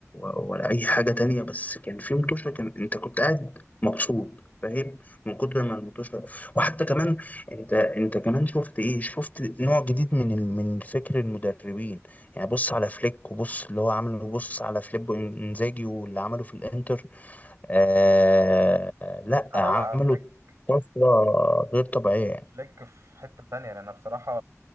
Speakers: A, on the left; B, on the right.
A: ولا اي حاجه تانية بس كان في متوشه كان انت كنت قاعد مبسوط فاهم من كتر ما المتوشه وحتى كمان انت انت كمان شفت ايه شفت نوع جديد من ال- من فكر المدربين يعني بص على فليك وبص اللي هو عامله وبص على فليبو انزاجي واللي عمله في الانتر آه لا
B: لا
A: عملوا
B: لا لا فليك
A: طفره غير طبيعيه
B: فليك في حتة تانية لأن بصراحة